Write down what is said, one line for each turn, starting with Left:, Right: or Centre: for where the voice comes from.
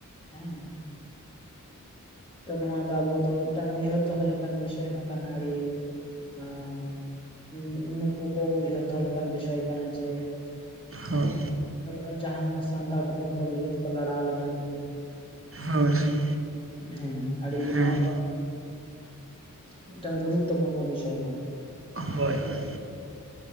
Left: ᱦᱮᱸ᱾ ᱛᱚ ᱱᱚᱣᱟ ᱫᱚ ᱟᱵᱚ ᱫᱚ ᱢᱤᱫᱴᱟᱝ ᱩᱭᱦᱟᱹᱨ ᱫᱚᱦᱚ ᱞᱮᱠᱟᱱ ᱵᱤᱥᱚᱭ ᱦᱚᱸ ᱠᱟᱱᱟ ᱟᱹᱰᱤ ᱮᱸ ᱱᱩᱜ ᱱᱩᱠᱩ ᱠᱚ ᱩᱭᱦᱟᱹᱨ ᱫᱚᱦᱚ ᱞᱮᱠᱟᱱ ᱵᱤᱥᱚᱭ ᱠᱟᱱᱟ ᱡᱮ
Right: ᱦᱳᱭ
Left: ᱮᱸ ᱡᱟᱦᱟᱸ ᱥᱟᱱᱛᱟᱲ ᱦᱚᱯᱚᱱ ᱠᱚ ᱞᱟᱹᱜᱤᱫ ᱠᱚ ᱞᱟᱲᱟᱣ ᱞᱮᱱᱟ ᱱᱩᱠᱩ᱾
Right: ᱦᱳᱭ ᱦᱳᱭ
Left: ᱦᱮᱸ ᱟᱰᱤ
Right: ᱦᱮᱸ
Left: ᱱᱚᱣᱟ ᱫᱚ ᱢᱤᱫᱴᱟᱝ ᱜᱩᱨᱩᱛᱛᱚᱯᱩᱨᱱᱚ ᱵᱤᱥᱚᱭ ᱠᱟᱱᱟ᱾
Right: ᱦᱚᱭ ᱦᱚᱭ᱾